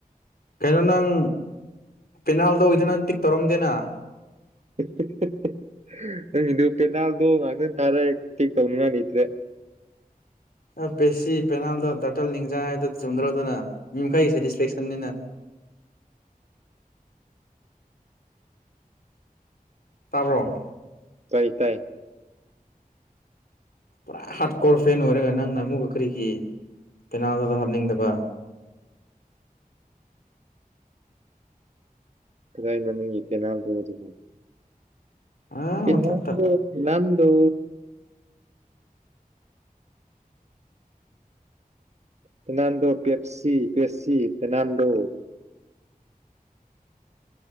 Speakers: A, on the left; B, on the right.
A: ꯀꯩꯅꯣ ꯅꯪ ꯄꯦꯅꯥꯜꯗ ꯑꯣꯏꯗꯅ ꯇꯤꯛ ꯇꯧꯔꯝꯗꯦꯅ
B: ꯍꯤꯍꯤꯍꯤ ꯅꯪꯒꯤꯗꯣ ꯄꯦꯅꯥꯜꯗꯣ ꯉꯥꯏꯇꯪ ꯇꯤꯛ ꯇꯧꯅꯉꯥꯏ ꯂꯩꯇ꯭ꯔꯦ
A: ꯑ ꯄꯦꯁꯤ ꯄꯦꯅꯥꯜꯗꯣ ꯇꯦ ꯅꯤꯡꯖꯥꯏꯦꯗ ꯆꯨꯝꯗ꯭ꯔꯣꯗꯅ ꯃꯤ ꯃꯈꯩ ꯁꯦꯇꯤꯁꯐꯦꯛꯁꯟꯅꯤꯅ ꯇꯥꯕ꯭ꯔꯣ
B: ꯇꯥꯏ ꯇꯥꯏ
A: ꯄꯨꯔꯥ ꯍꯥꯔꯠ ꯀꯣꯔ ꯐꯦꯟ ꯑꯣꯏꯔꯒ ꯅꯪꯅ ꯑꯃꯨꯛꯀ ꯀꯔꯤꯒꯤ ꯄꯦꯅꯥꯜꯗꯨꯗ ꯍꯥꯞꯅꯤꯡꯗꯕ
B: ꯀꯥꯗꯥꯏꯅꯣ ꯅꯪꯒꯤ ꯄꯦꯅꯥꯜꯗꯣ ꯗꯨꯕꯨ
A: ꯑꯥ
B: ꯑꯟꯏꯟꯇꯦꯜꯂꯤꯖꯦꯕꯜ
A: ꯃꯊꯛꯇ
B: ꯗꯣ Fernando Pepsi Pepsi Fernando